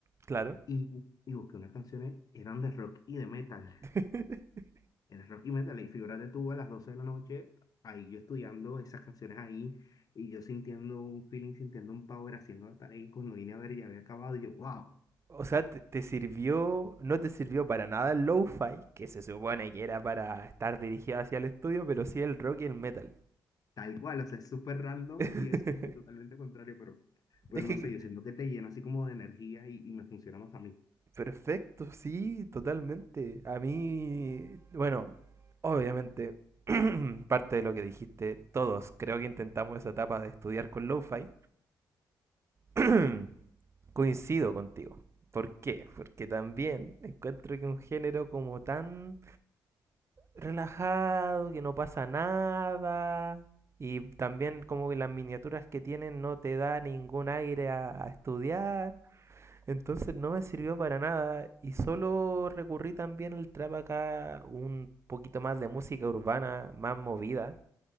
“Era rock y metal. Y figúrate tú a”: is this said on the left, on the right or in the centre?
Left